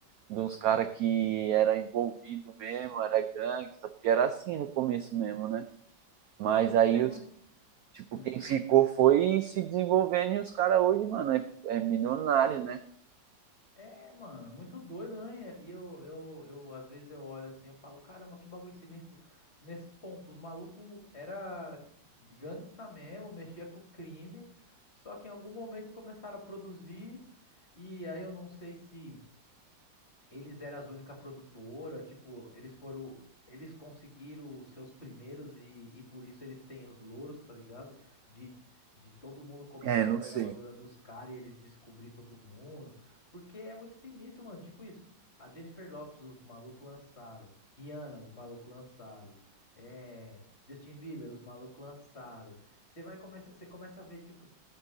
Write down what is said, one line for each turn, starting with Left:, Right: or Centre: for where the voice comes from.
Right: de uns caras que era envolvido mesmo, era gangsta, porque era assim no começo mesmo, né? Mas aí
Left: é muito.
Right: os Tipo,
Left: Hum.
Right: quem ficou foi se desenvolvendo e os caras hoje, mano, é, é milionário, né?
Left: É, mano, muito doido, né? E eu, eu, eu, às vezes eu olho assim, eu falo, caramba, que bagulho sinistro. Nesse ponto, os malucos era gangsta mesmo, mexia com crime, só que em algum momento começaram a produzir, e aí eu não sei se eles eram as única produtora, tipo, eles foram. Eles conseguiram os seus primeiros e, e por isso eles têm os louros, tá ligado? De, de todo mundo começar
Right: É, não
Left: a ir na
Right: sei.
Left: gravadora dos caras e eles descobrir todo mundo. Porque é muito sinistro, mano. Tipo isso. A Jennifer Lopez, os malucos lançaram. Rihanna, os malucos lançaram. É, Justin Bieber, os malucos lançaram. Você vai começar, você começa a ver, tipo,